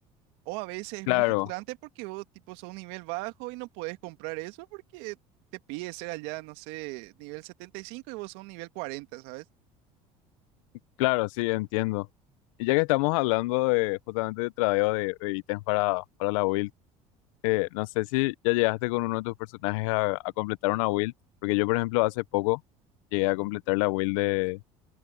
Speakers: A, on the right; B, on the left.
A: O a veces es
B: Claro,
A: muy frustrante porque vos tipo sos un nivel bajo y no podés comprar eso porque te pide ser allá, no sé, nivel setenta y cinco y vos sos un nivel cuarenta ¿sabes?
B: claro, sí, entiendo. Y ya que estamos hablando de justamente de tradeo de, de ítems para, para la build, que no sé si ya llegaste con uno de tus personajes a, a completar una build, porque yo, por ejemplo, hace poco llegué a completar la build de